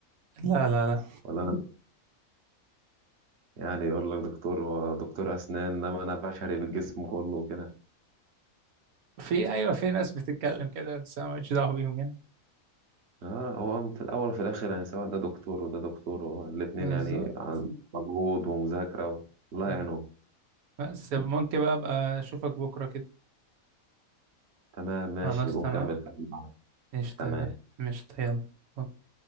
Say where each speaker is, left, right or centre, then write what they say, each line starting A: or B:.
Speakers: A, on the right; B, on the right.
A: لا لا لا
B: ولا أنا يعني يقول لك دكتور هو دكتور أسنان إنما أنا بشري بالجسم كله وكده
A: في أيوة في ناس بتتكلم كده بس أنا ماليش دعوة بيهم يعني
B: آه هو في الأول وفي الآخر يعني سواء ده دكتور وده دكتور هو الاتنين
A: بالظبط
B: يعني عن مجهود ومذاكرة و- الله
A: م.
B: يعينهم
A: بس ممكن بقى أبقى أشوفك بكرة كده
B: تمام ماشي
A: خلاص
B: نبقى
A: تمام
B: نكمل كلام
A: قشطة
B: تمام
A: يا بيه. قشطة يلا